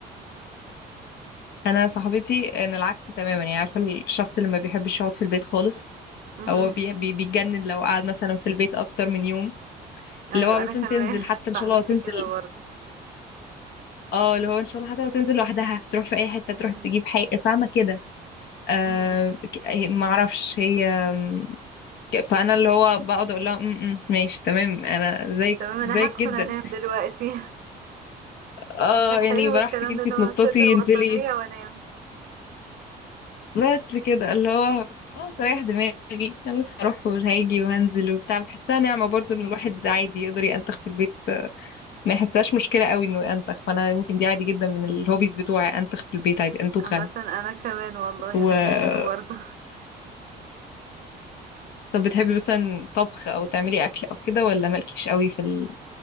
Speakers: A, on the left; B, on the right.
A: انا صاحبتي انا العكس تماما يعني عارفه الشخص اللي ما بيحبش يقعد في البيت خالص
B: إمم.
A: هو بي
B: <laughs>
A: بي بيتجنن لو قعد مثلا في البيت اكتر من يوم
B: أيوه،
A: اللي هو مثلا
B: أنا كمان
A: تنزل
B: <laughs>
A: حتى ان
B: صاحبتي
A: شاء الله تنزل
B: كده برضه.
A: اه اللي هو ان شاء الله حتى لو تنزل لوحدها تروح في اي حته
B: إمم،
A: تروح تجيب
B: إمم.
A: حاجه فاهمه كده آه
B: إمم، إمم.
A: ك- هي- ما اعرفش هي آم، ك- فانا اللي هو بقعد اقول لها "م- م، ماشي تمام انا زيك
B: تمام،
A: زيك
B: أنا هادخل
A: جدا
B: أنام دلوقتي.
A: اه
B: <laughs> ح حلو
A: يعني براحتك
B: الكلام
A: انتي
B: ده، اللي
A: تنططي
B: هو أشد البطانية
A: انزلي
B: وأنام.
A: بس كده اللي هو خلاص اريح دماغي انا لسه اروح وهاجي
B: إمم.
A: وهنزل وبتاع بحسها نعمة برضو ان الواحد عادي يقدر ينتخ في البيت ما يحسهاش مشكلة قوي انه ينتخ فانا يمكن دي عادي جدا من الهوبيز بتوعي انتخ في البيت عادي انتخ
B: عامةً
A: انا
B: أنا كمان والله،
A: و
B: أنا زيِّك برضه.
A: طب بتحبي مثلا طبخ او تعملي اكل او كده ولا مالكيش قوي في